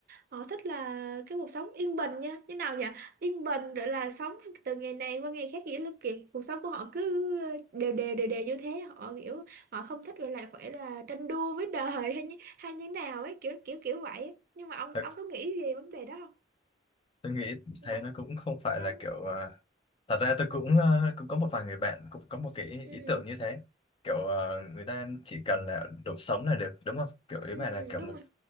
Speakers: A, on the right; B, on the left.
A: Họ thích là cái cuộc sống yên bình nha Như nào nhỉ Yên bình rồi là sống từ ngày này qua ngày khác Nghĩa là kiểu cuộc sống của họ cứ ờ, đều đều đều đều như thế Họ kiểu họ không thích gọi là phải là tranh đua với đời hay như, hay như nào ấy Kiểu kiểu kiểu vậy ấy. Nhưng mà ông
B: Thật,
A: ông có nghĩ về vấn đề đó không
B: tôi nghĩ
A: Một
B: thế nó cũng không phải
A: nhân
B: là kiểu à, thật ra tôi cũng à, cũng có một vài người bạn cũng có một cái
A: ừ,
B: ý tưởng như thế kiểu à, người ta chỉ cần là đủ sống là được đúng không kiểu ý
A: ừ,
B: bạn là kiểu
A: đúng
B: một
A: rồi